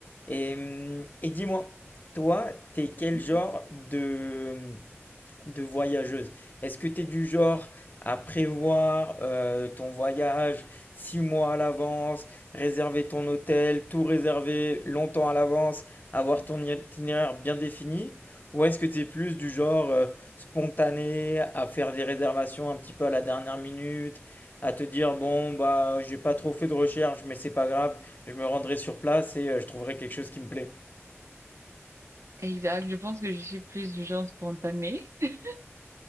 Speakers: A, on the left; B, on the right.
A: Et, hum, et dis-moi, toi, t'es
B: Mhm.
A: quel genre de, hum, de voyageuse. Est-ce que tu es du genre à prévoir euh, ton voyage six mois à l'avance, réserver ton hôtel, tout réserver longtemps à l'avance, avoir ton itinéraire bien défini? Ou est-ce que tu es plus du genre euh, spontané à faire des réservations un petit peu à la dernière minute, à te dire bon bah j'ai pas trop fait de recherche mais c'est pas grave, je me rendrai sur place et euh, je trouverai quelque chose qui me plaît.
B: Exact, je pense que je suis plus du genre spontané. <laughs>